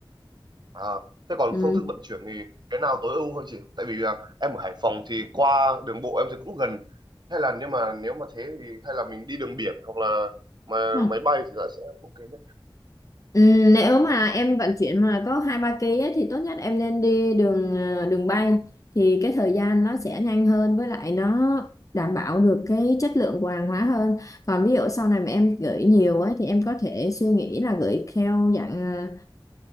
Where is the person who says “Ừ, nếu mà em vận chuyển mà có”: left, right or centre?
Left